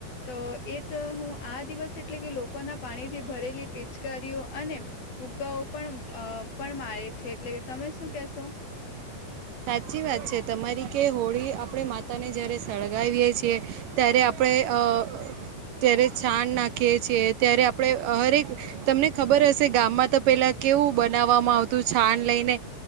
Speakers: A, on the left; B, on the right.
A: તો એજ હું આ દિવસ એટલે કે લોકોના પાણી થી ભરેલી પિચકારીઓ અને ફુગ્ગાઓ પણ અ પણ મારે છે એટલે કે તમે શું કેશો
B: સાચી વાત છે તમારી કે હોળી આપણે માતાને જ્યારે સળગાવીએ છીએ ત્યારે આપણે અ ત્યારે છાણ નાખીએ છીએ ત્યારે આપણે હરેક તમને ખબર હશે ગામમાં તો પેલા કેવું બનાવવામાં આવતું છાન લઈને